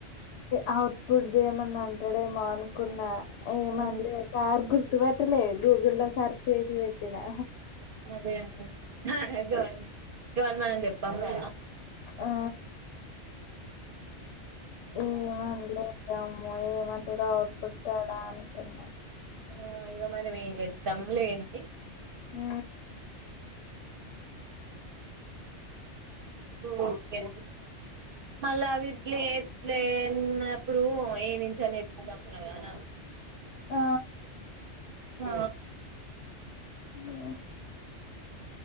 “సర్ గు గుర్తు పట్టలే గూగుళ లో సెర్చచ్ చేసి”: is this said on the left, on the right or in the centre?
Left